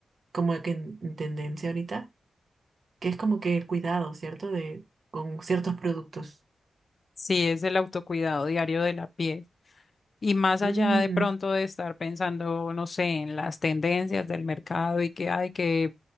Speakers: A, on the right; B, on the left.
A: como que en, en tendencia ahorita, que es como que el cuidado, ¿cierto? De, con ciertos productos.
B: Sí, es el autocuidado diario de la piel. Y más
A: Mm,
B: allá de pronto de estar pensando, no sé, en las tendencias del mercado y que hay que